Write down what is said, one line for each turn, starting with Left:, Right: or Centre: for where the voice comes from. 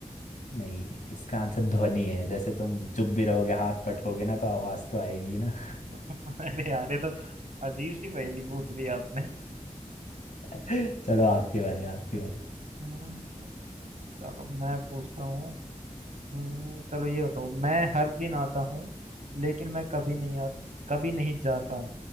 Left: नहीं इसका आंसर ध्वनि है जैसे तुम चुप भी रहोगे हाथ पटकोगे ना तो आवाज तो आएगी ना
Right: <laughs> अरे यार ये तो अजीब सी पहेली पूछ ली आपने
Left: <laughs> चलो आपकी बारी आपकी बारी
Right: हाँ, चलो मैं पूछता हूँ हम्म, चलो ये बताओ मैं हर दिन आता हूँ लेकिन मैं कभी नहीं आ, कभी नहीं जाता